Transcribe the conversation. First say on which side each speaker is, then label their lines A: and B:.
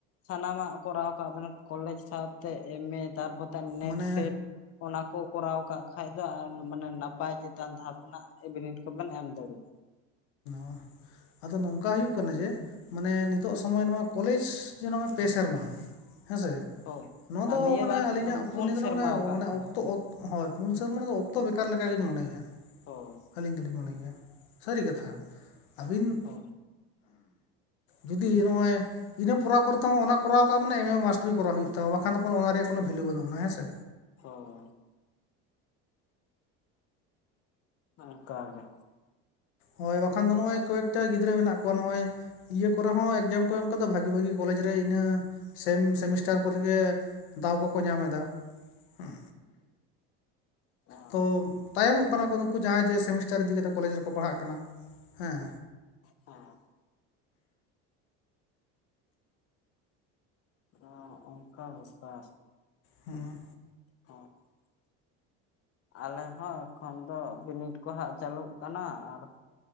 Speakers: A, on the left; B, on the left.
A: ᱥᱟᱱᱟᱢᱟᱜ ᱠᱚᱨᱟᱣ ᱠᱟᱜ ᱵᱮᱱ ᱠᱚᱞᱮᱡᱽ ᱥᱟᱶᱛᱮ ᱮᱢ. ᱮ. ᱛᱟᱨᱯᱚᱨ᱾ ᱱᱮᱴ
B: ᱢᱟᱱᱮ
A: ᱥᱮᱴ ᱚᱱᱟ ᱠᱚ ᱠᱚᱨᱟᱣ ᱠᱟᱜ ᱠᱷᱟᱡ ᱫᱚ ᱟ ᱢᱟᱱᱮ ᱱᱟᱯᱟᱭ ᱪᱮᱛᱟᱱ ᱫᱷᱟᱯ ᱨᱮᱱᱟᱜ ᱵᱤᱱᱤᱰ ᱠᱚᱵᱮᱱ ᱮᱢ ᱫᱟᱲᱤᱜ-ᱟ ᱾
B: ᱚ ᱟᱫᱚ ᱱᱚᱝᱠᱟ ᱦᱩᱭᱩᱜ ᱠᱟᱱᱟ ᱡᱮ᱾ ᱢᱟᱱᱮ ᱱᱤᱛᱚᱜ ᱥᱚᱢᱚᱭ ᱱᱚᱣᱟ ᱠᱚᱞᱮᱡᱽ ᱡᱮ ᱱᱚᱜᱼᱚᱭ ᱯᱮ ᱥᱮᱨᱢᱟ ᱦᱮᱸ ᱥᱮ᱾
A: ᱦᱳᱭ
B: ᱱᱚᱣᱟ
A: ᱟᱨ
B: ᱫᱚ
A: ᱱᱤᱭᱟᱹ
B: ᱢᱟᱱᱮ
A: ᱵᱟᱨ
B: ᱟᱹᱞᱤᱧᱟᱜ ᱚᱯᱱᱮ
A: ᱯᱩᱱ
B: ᱛᱮᱫᱚ
A: ᱥᱮᱨᱢᱟ ᱟᱠᱟᱫ
B: ᱢᱟᱱᱮ
A: ᱠᱚᱣᱟ
B: ᱚᱠᱛᱚ ᱚᱠ ᱦᱳᱭ ᱯᱩᱱ ᱥᱮᱨᱢᱟᱱᱮ ᱫᱚ ᱚᱠᱛᱚ ᱵᱮᱠᱟᱨ ᱞᱮᱠᱟᱜᱤᱧ ᱢᱚᱱᱮᱭᱮᱜᱼᱟ,
A: ᱦᱳᱭ
B: ᱟᱹᱞᱤᱧ ᱫᱚᱞᱤᱧ ᱢᱚᱱᱮ ᱜᱮᱭᱟ ᱥᱟᱹᱨᱤ ᱠᱟᱛ ᱛᱷᱟ ᱟᱵᱤᱱ
A: ᱦᱳᱭ
B: ᱡᱩᱫᱤ ᱱᱚᱜᱼᱚᱭ᱾ ᱤᱱᱟᱹ ᱠᱚᱨᱟᱣ ᱠᱚᱨᱛᱮ ᱦᱚᱸ ᱚᱱᱟ ᱠᱚᱨᱟᱣ ᱠᱟᱜ ᱢᱟᱱᱮ ᱮᱢ. ᱮ. ᱢᱟᱥᱴᱞᱤ ᱜᱮ ᱠᱚᱨᱟᱣ ᱦᱩᱭᱩᱜ ᱛᱟᱢᱟ ᱵᱟᱠᱷᱟᱱ ᱫᱚ ᱠᱚᱱᱚ ᱚᱱᱟ ᱨᱮᱭᱟᱜ ᱠᱚᱱᱚ ᱵᱷᱮᱞᱩ ᱵᱟᱹᱱᱩᱜ ᱟᱱᱟ ᱦᱮᱸ ᱥᱮ᱾
A: ᱦᱚᱭ᱾ ᱚᱱᱠᱟ ᱜᱮ᱾
B: ᱦᱳᱭ ᱵᱟᱠᱷᱟᱱ ᱫᱚ ᱱᱚᱜ-ᱚᱭ ᱠᱚᱭᱮᱠᱴᱟ ᱜᱤᱫᱽᱨᱟᱹ ᱢᱮᱱᱟᱜ ᱠᱚᱣᱟ ᱱᱚᱜ-ᱚᱭ᱾ ᱤᱭᱟᱹ ᱠᱚᱨᱮ ᱦᱚᱸ ᱮᱠᱡᱟᱢ ᱠᱚ ᱮᱢ ᱠᱟᱫᱟ ᱵᱷᱟᱜᱤ ᱵᱷᱟᱜᱤ ᱠᱚᱞᱮᱡᱽ ᱨᱮ ᱤᱱᱟᱹ ᱥᱮᱢ ᱥᱮᱢᱤᱥᱴᱟᱨ ᱠᱚᱨᱮ ᱜᱮ᱾ ᱫᱟᱣ ᱠᱚᱠᱚ ᱧᱟᱢ ᱮᱫᱟ ᱦᱩᱸ᱾
A: ᱦᱮᱸ
B: ᱛᱚ ᱛᱟᱭᱚᱢᱚᱜ ᱠᱟᱱᱟ ᱠᱚ ᱱᱩᱠᱩ ᱡᱟᱸᱦᱟᱭ ᱡᱮ ᱥᱮᱢᱤᱥᱴᱟᱨ ᱤᱫᱤ ᱠᱟᱛᱮ ᱠᱚᱞᱮᱡᱽ ᱨᱮᱠᱚ ᱯᱟᱲᱦᱟᱜ ᱠᱟᱱᱟ ᱦᱮᱸ᱾
A: ᱦᱮᱸ᱾ ᱚᱸ ᱚᱱᱠᱟ ᱵᱮᱯᱟᱨ᱾
B: ᱦᱩᱸ᱾
A: <unintelligible> ᱟᱞᱮ ᱦᱚᱸ ᱮᱠᱷᱚᱱ ᱫᱚ ᱵᱤᱱᱤᱰ ᱠᱚ ᱦᱟᱸᱜ ᱪᱟᱹᱞᱩᱜ ᱠᱟᱱᱟ ᱟᱨ᱾